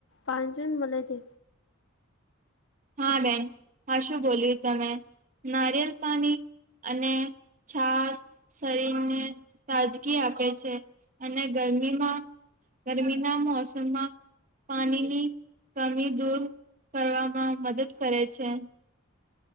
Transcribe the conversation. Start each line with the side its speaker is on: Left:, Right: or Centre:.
Left: પાંચન મલે છે.
Right: હા બેન. હાસું બોલ્યું તમે. નારિયેલ પાની અને છાશ શરીરને તાજગી આપે છે. અને ગરમીમાં ગરમીના મોસમમાં પાણીની કમી દૂર કરવા માં મદદ કરે છે.